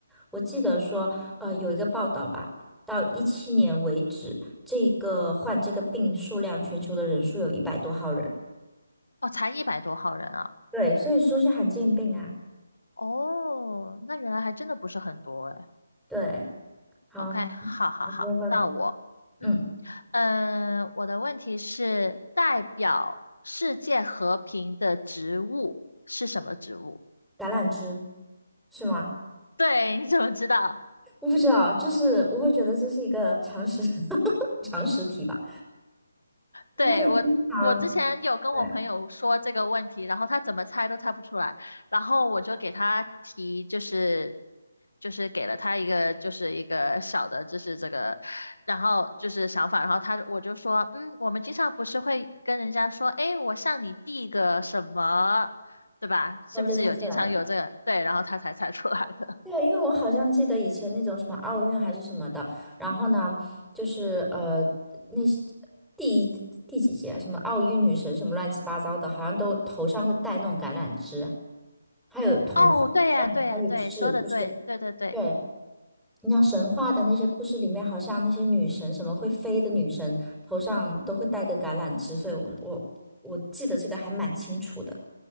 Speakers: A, in the centre; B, on the left (about 80°).
A: 我记得说，呃，有一个报道吧，到一七年为止，这个患这个病数量，全球的人数有一百多号人。
B: 哦，才一百多号人啊。
A: 对，所以说是罕见病啊。
B: 哦，那原来还真的不是很多诶。
A: 对，好，
B: OK，好好好，
A: 你问问，
B: 到我，嗯，
A: 嗯，
B: 呃，我的问题是代表世界和平的植物是什么植物？
A: 橄榄枝是吗？
B: <laughs> 对，你怎么知道？
A: 我不知道，就是我会觉得这是一个常识 <laughs> 常识题吧，
B: 对，
A: 因为经常
B: 我，我之前有跟我朋友说这个问题，
A: 对，
B: 然后他怎么猜都猜不出来，然后我就给他提，就是就是给了他一个就是一个小的，就是这个，然后就是想法，然后他我就说，嗯，我们经常不是会跟人家说，诶，我向你递个什么，对吧？是不是有经常有这个？
A: 那就猜出来了。
B: 对，然后他才猜出来的。
A: 对啊，因为我好像记得以前那种什么奥运还是什么的，然后呢，就是呃，那是第一第几届啊什么奥运女神什么乱七八糟的，好像都头上会戴那种橄榄枝啊，还有童话好像也是，
B: 哦，对呀，对呀，对，说的对，
A: 就是
B: 对对对，
A: 对，你像神话的那些故事里面，好像那些女神什么会飞的女神头上都会戴个橄榄枝，所以我我我记得这个还蛮清楚的。